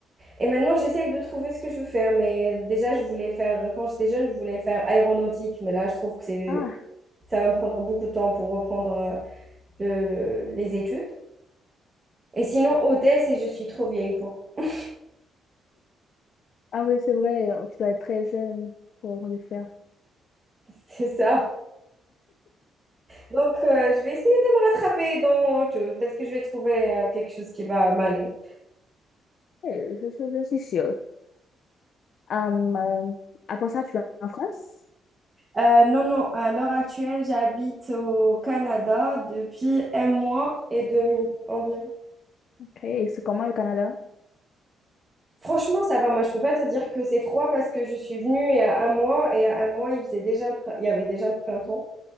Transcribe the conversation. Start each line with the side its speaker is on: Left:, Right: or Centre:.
Right: Et maintenant, j'essaye de trouver ce que je veux faire, mais déjà, je voulais faire, quand j'étais jeune, je voulais faire aéronautique, mais là, je trouve que c'est,
Left: Ah,
Right: ça va me prendre beaucoup de temps pour reprendre euh, le- le- les études. Et sinon, hôtesse, et je suis trop vieille pour. <laughs>
Left: ah oui, c'est vrai, euh, tu dois être très jeune pour le faire.
Right: C'est ça. Donc, euh, je vais essayer de me rattraper dans autre chose. Peut-être que je vais trouver euh, quelque chose qui va m'aller.
Left: Eh, Je, je- je suis sûre. Hum, euh, après ça, tu es en France?
Right: Euh, non, non, à l'heure actuelle, j'habite au Canada depuis un mois et demi environ.
Left: Ok, et c'est comment le Canada?
Right: Franchement, ça va. Moi, je peux pas te dire que c'est froid parce que je suis venue il y a un mois et à un mois, il faisait déjà le prin- il y avait déjà le printemps.